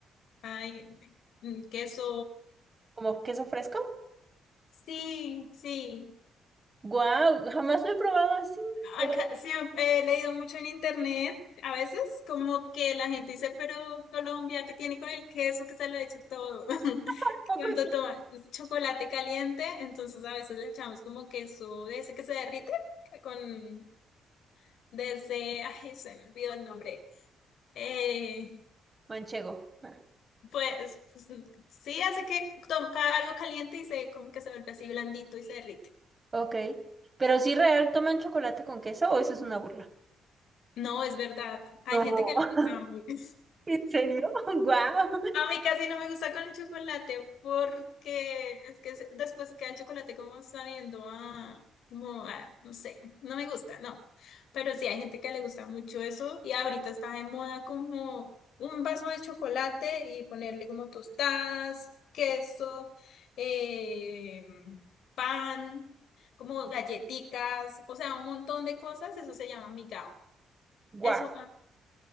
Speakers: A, on the left; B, on the right.
A: Ay, ay, mm, queso.
B: ¿Como queso fresco?
A: Sí, sí.
B: Guau, jamás lo he probado así. pero
A: Acá siempre he leído mucho en internet, a veces como que la gente dice, pero Colombia, ¿qué tiene con el queso que se lo echa todo? <laughs>
B: tampoco-
A: Que Cuando
B: es
A: toman chocolate caliente, entonces a veces le echamos como queso de ese que se derrite, que con, de ese, ay, se me olvidó el nombre. Eh,
B: Manchego. Ah,
A: pues, pues, sí, hace que toca algo caliente y se como que se vuelve así blandito y se derrite.
B: ok. Pero sí real, ¿toman chocolate con queso o eso es una burla?
A: No, es verdad, hay
B: No.
A: gente que
B: <laughs>
A: le gusta mucho.
B: ¿En serio? <laughs> ¡Guau!
A: No, A mí casi no me gusta con el chocolate porque es que se- después queda el chocolate como sabiendo a, como a, no sé, no me gusta, no. Pero sí hay gente que le gusta mucho eso y ahorita está de moda como un vaso de chocolate y ponerle como tostadas, queso, eh, pan, como galletitas, o sea, un montón de cosas, eso se llama migao.
B: ¡Guau!
A: Eso, ah.